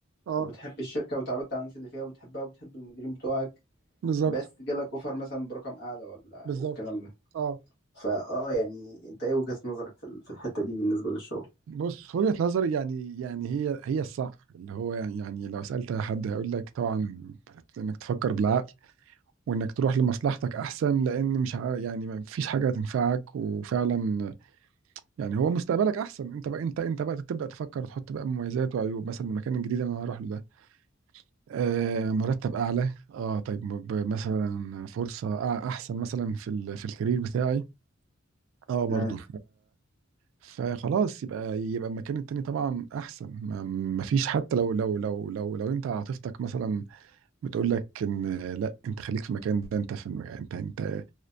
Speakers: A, on the right; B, on the left.
A: اه
B: وبتحب الشركة وتعودت على الناس اللي فيها وبتحبها وبتحب المديرين بتوعك
A: بالظبط
B: بس جالك اوفر مثلا برقم اعلى ولا
A: بالظبط
B: والكلام ده
A: اه
B: فاه يعني انت ايه وجهة نظرك في ال- في الحتة دي بالنسبة للشغل
A: بص وجهة نظري يعني يعني هي هي الصح اللي هو يعني يعني لو سألت حد هيقول لك طبعا انك تفكر بالعقل وانك تروح لمصلحتك احسن لان مش ع- يعني ما فيش حاجة هتنفعك وفعلا يعني هو مستقبلك احسن انت بقى انت انت بقى تبدأ تفكر تحط بقى مميزات وعيوب مثلا المكان الجديد اللي انا هروح له ده آه مرتب اعلى اه طيب م- ب- مثلا فرصة أع- احسن مثلا في ال- في الكارير بتاعي اه برضه
B: مم.
A: فخلاص يبقى يبقى المكان التاني طبعا احسن ما ما فيش حتى لو لو لو لو لو انت عاطفتك مثلا بتقول لك ان لا انت خليك في المكان ده انت في الم- انت انت